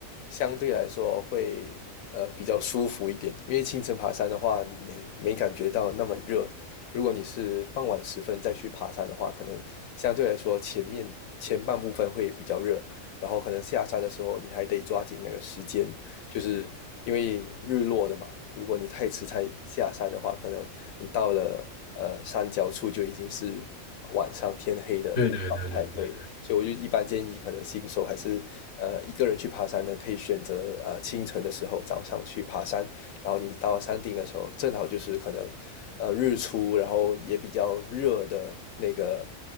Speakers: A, on the left (about 80°); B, on the left (about 45°).
A: 相对来说会呃比较舒服一点，因为清晨爬山的话，你没没感觉到那么热，如果你是傍晚时分再去爬山的话，可能相对来说前面前半部分会比较热，然后可能下山的时候你还得抓紧那个时间，就是因为日落了嘛。如果你太迟才下山的话，可能你到了呃山脚处就已经是晚上天黑的状态。
B: 对对对对对对。
A: 对，所以我就一般建议，可能新手还是呃一个人去爬山呢，可以选择呃清晨的时候早上去爬山，然后你到山顶的时候，正好就是可能呃日出，然后也比较热的那个